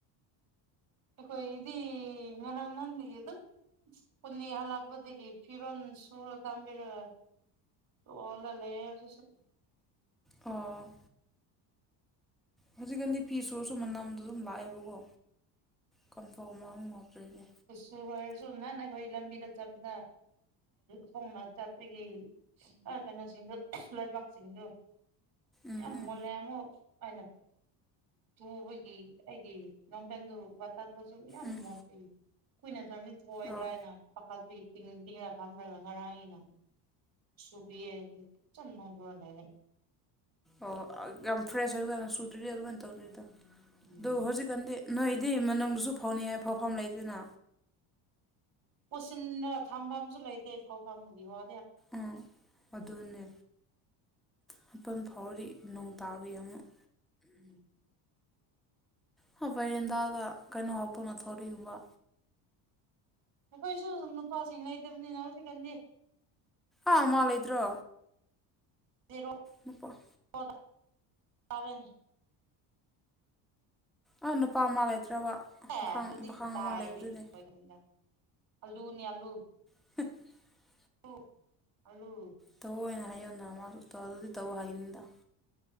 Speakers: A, on the right; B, in the centre.
A: ꯑꯩꯈꯣꯏꯒꯤꯗꯤ ꯉꯔꯥꯡ ꯅꯍꯟꯗꯒꯤ ꯑꯗꯨꯝ ꯁ꯭ꯀꯨꯅꯤ ꯍꯜꯂꯛꯄꯗꯒꯤ ꯐꯤꯔꯣꯟ ꯁꯨꯔ ꯊꯝꯕꯤꯔꯒ ꯇꯣꯜꯅ ꯂꯩꯌꯦ ꯍꯧꯖꯤꯛꯁꯨ
B: ꯑꯣ ꯍꯧꯖꯤꯛꯀꯥꯟꯗꯤ ꯐꯤ ꯁꯨꯔꯁꯨ ꯃꯅꯝꯗꯣ ꯑꯗꯨꯝ ꯂꯥꯛꯑꯦꯕꯀꯣ ꯀꯝꯐꯣ ꯃꯨꯑ ꯃꯨꯑ ꯑꯝꯇ ꯍꯥꯞꯇ꯭ꯔꯗꯤ
A: ꯆꯨꯖꯔꯁꯨ ꯅꯍꯥꯟ ꯑꯩꯈꯣꯏ ꯂꯝꯕꯤꯗ ꯆꯠꯄꯗ ꯈꯣꯡꯅ ꯆꯠꯄꯒꯤ ꯑꯥ ꯀꯩꯅꯣꯁꯤꯡꯗꯨ ꯂꯩꯕꯥꯛꯁꯤꯡꯗꯨ
B: ꯎꯝ
A: ꯌꯥꯝ
B: ꯎꯝ
A: ꯃꯨꯜꯂꯦ ꯑꯃꯨꯛ ꯑꯩꯅ ꯇꯨꯕꯒꯤ ꯑꯩꯒꯤ ꯂꯣꯡꯄꯦꯟꯗꯨ ꯇꯛꯄꯁꯨ ꯌꯥꯝ
B: ꯎꯝ
A: ꯃꯣꯠꯄꯒꯤ ꯀꯨꯏꯅ ꯊꯝꯃꯤ ꯊꯣꯛꯑꯣꯏꯗ꯭ꯔꯥꯅ
B: ꯑꯣ
A: ꯄꯥꯈꯠꯄꯒꯤ ꯇꯤꯡ ꯇꯤꯡꯉ꯭ꯔ ꯊꯝꯂꯒ ꯉꯔꯥꯡꯒꯤꯅ ꯁꯨꯕꯤꯌꯦ ꯈꯤꯆꯝ ꯅꯣꯡꯊꯨꯔ ꯂꯩꯔꯦ
B: ꯑꯣ ꯌꯥꯝ ꯐ꯭ꯔꯦꯁ ꯑꯣꯏꯕ ꯀꯥꯟꯗ ꯁꯨꯗ꯭ꯔꯗꯤ ꯑꯗꯨꯃꯥꯏ ꯇꯧꯅꯤꯗ
A: ꯎꯝ
B: ꯑꯗꯨ ꯍꯧꯖꯤꯛ ꯀꯥꯟꯗꯤ ꯅꯣꯏꯗꯤ ꯃꯅꯨꯡꯗꯁꯨ ꯐꯧꯅꯤꯡꯉꯥꯏ ꯐꯧꯐꯝ ꯂꯩꯇꯦꯅ
A: ꯄꯨꯁꯤꯟꯅꯒ ꯊꯝꯕꯝꯖꯨ ꯂꯩꯇꯦ ꯐꯧꯐꯝꯒꯤ ꯋꯥ
B: ꯑꯥ ꯑꯗꯨꯅꯦ ꯃꯄꯟ ꯐꯥꯎꯔꯗꯤ ꯅꯣꯡ ꯇꯥꯕꯒꯤ ꯑꯃꯨꯛ
A: ꯎꯝ
B: ꯍ ꯕꯥꯏꯔꯦꯟꯗꯥꯗ ꯀꯩꯅꯣ ꯍꯥꯞꯄꯉ ꯊꯧꯔꯤꯒꯨꯝꯕ
A: ꯑꯩꯈꯣꯏꯁꯨ ꯅꯨꯄꯥꯁꯤꯡ ꯂꯩꯇꯕꯅꯤꯅ ꯍꯧꯖꯤꯛꯀꯥꯟꯗꯤ
B: ꯑꯥ ꯃꯥ ꯂꯩꯇ꯭ꯔꯣ
A: <unintelligible>
B: ꯃꯄꯥ
A: ꯋꯥꯕ ꯇꯥꯔꯦꯅꯦ
B: ꯑꯥ ꯅꯨꯄꯥ ꯃꯥ ꯂꯩꯇ꯭ꯔꯕ
A: ꯑꯦ
B: ꯄꯥꯈꯪ
A: ꯑꯗꯨꯗꯤ
B: ꯄꯥꯈꯪ
A: ꯀꯗꯥꯏꯗꯒꯤ
B: ꯑꯃ ꯂꯩꯕꯗꯨꯗꯤ
A: ꯑꯣꯏꯒꯅꯤꯗ ꯑꯂꯨꯅꯤ ꯑꯂꯨ
B: <unintelligible>
A: ꯂꯨ ꯑꯂꯨ
B: ꯇꯑꯣꯏꯅ ꯍꯥꯏꯌꯨꯟꯅ ꯃꯥꯖꯨ ꯇꯧꯗꯗꯤ ꯇꯧ ꯍꯥꯏꯅꯤꯟꯗ